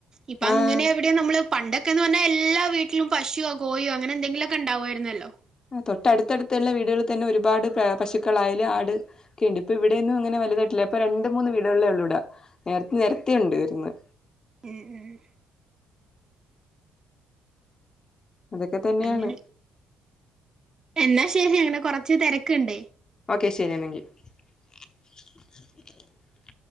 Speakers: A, on the right; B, on the left.
A: ഇപ്പൊ
B: ആഹ്
A: അങ്ങനെ എവിടീം നമ്മള് പണ്ടൊക്കെന്ന് പറഞ്ഞാൽ എല്ലാ വീട്ടിലും പശോ കോയോ അങ്ങനെ എന്തെങ്കിലൊക്കെ ഉണ്ടാവായിരുന്നല്ലോ
B: ആ തൊട്ടടുത്തടുത്തുള്ള വീടുകളിൽ തന്നെ ഒരുപാട് പശുക്കളായാല് ആട് ക്കെയുണ്ട് ഇപ്പോ ഇവിടെയൊന്നും അങ്ങനെ വലതായിട്ടില്ല ഇപ്പോ രണ്ട് മൂന്ന് വീടുകളിലേ ഉള്ളൂ ഇവിടെ നെരത്തി നെരത്തി ണ്ടായിരുന്ന്
A: ഏഹ് ഹ്
B: അതൊക്കെ തന്നെയാണ്
A: അങ്ങനെ എന്നാ ശരി അങ്ങനെ കൊറച്ച് തിരക്ക്‌ണ്ടേ
B: ഓക്കെ ശരി ആണെങ്കി <inaudible>